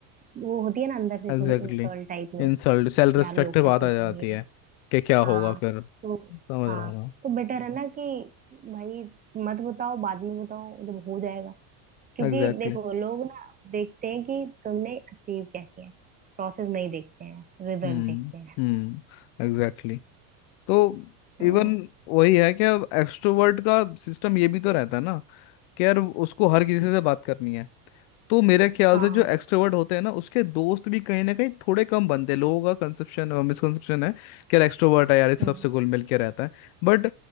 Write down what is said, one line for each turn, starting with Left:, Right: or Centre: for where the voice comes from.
Right: वो होती है ना अंदर से
Left: Exactly
Right: थोड़ी इंसल्ट टाइप में
Left: Insult self respect
Right: यार लोग क्या
Left: बात
Right: सोचेंगे
Left: आ जाती है कि क्या
Right: हाँ
Left: होगा फिर
Right: तो
Left: समझ
Right: हाँ
Left: रहा हूँ
Right: तो बेटर है ना कि भाई मत बताओ बाद में बताओ जब हो जाएगा क्योंकि
Left: मैं एग्जैक्टली
Right: देखो लोग ना देखते हैं कि तुमने अचीव क्या किया है प्रोसेस नहीं देखते हैं रिजल्ट
Left: हम्म
Right: देखते हैं
Left: हम्म एग्जैक्टली तो
Right: हाँ
Left: इवन वही है कि अब एक्सट्रोवर्ट का सिस्टम ये भी तो रहता है ना कि यार उसको हर किसी से बात करनी है तो मेरे ख्याल
Right: हाँ
Left: से जो एक्सट्रोवर्ट होते हैं ना उसके दोस्त भी कहीं ना कहीं थोड़े कम बनते हैं लोगों का कंसेप्शन मिसकंसेप्शन है कि यार एक्सट्रोवर्ट है यार इस
Right: हम्म,
Left: सबसे घुल मिल के रहता है बट